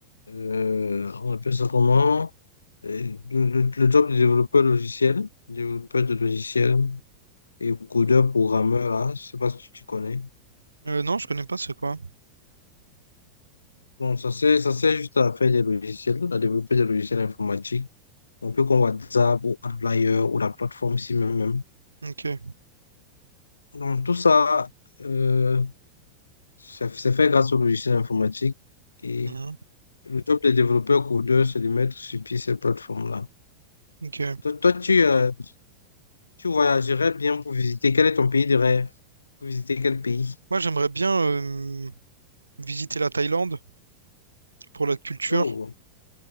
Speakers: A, on the left (about 75°); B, on the right (about 75°).
A: euh, on appelle ça comment? Euh, Le, le, le job de développeur logiciel, développeur de logiciel et codeur programmeur, là, je sais pas si tu connais.
B: Euh, non, je connais pas c'est quoi.
A: Donc, ça sert, ça sert juste à faire des logiciels, à développer des logiciels informatiques. On peut comme WhatsApp ou Outlier ou la plateforme si même.
B: Ok.
A: Donc, tout ça, euh, C'est c'est fait grâce au logiciel informatique. Et
B: Mhm.
A: le job des développeurs codeurs, c'est de mettre sur pied ces plateformes-là.
B: Ok.
A: Toi, toi, tu, euh, tu voyagerais bien pour visiter. Quel est ton pays de rêve? Pour visiter quel pays?
B: Moi, j'aimerais bien euh, visiter la Thaïlande pour la culture.
A: Oh,